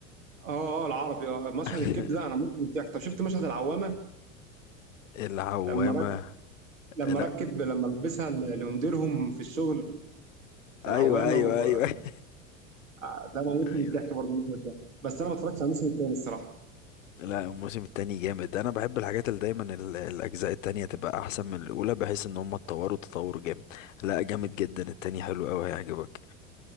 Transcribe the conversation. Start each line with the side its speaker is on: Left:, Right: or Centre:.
Right: اه اه العربي اه مشهد
Left: <laughs>
Right: الكبد ده انا مت من الضحك طب شفت مشهد العوامه
Left: العوامة
Right: لما رك... لما
Left: لا
Right: ركب لما لبسها ل- لمديرهم في الشغل العوامه
Left: ايوه ايوه
Right: و...
Left: ايوه <laughs>
Right: آه، ده موتني
Left: ايوه
Right: من الضحك برضه المشهد ده بس انا ما اتفرجتش على الموسم الثاني الصراحه
Left: لا الموسم التاني جامد انا بحب الحاجات اللي دايما ال- الاجزاء التانية تبقى احسن من الاولى بحيث ان هم اتطوروا تطور جامد لا جامد جدا التاني حلو قوي هيعجبك